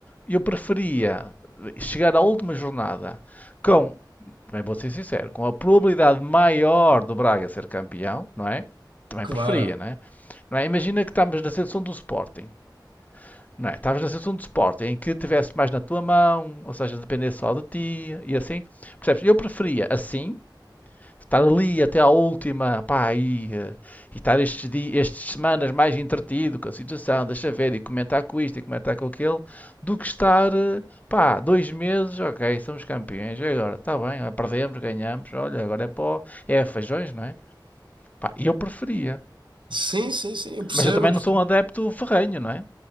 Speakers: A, on the left; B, on the right.
A: eu preferia chegar à última jornada com, também vou ser sincero, com a probabilidade maior do Braga ser campeão, não é? Também
B: Claro.
A: preferia, não é? Não é? Imagina que estamos na seleção do Sporting, não é? Estavas na seleção do Sporting em que tivesse mais na tua mão, ou seja, dependesse só de ti e assim. Percebes? Eu preferia assim Estar ali até à última, pá, e, eh, e estar estes dias, estas semanas mais entretido com a situação, deixa ver, e comentar com isto, e comentar com aquele, do que estar, eh, pá, dois meses, ok, somos campeões, e agora, está bem, ah, perdemos, ganhamos, olha, agora é pó, é feijões, não é? Pá, eu preferia.
B: Sim, sim, sim, eu percebo,
A: Mas eu também
B: eu
A: não
B: percebo.
A: sou um adepto ferrenho, não é?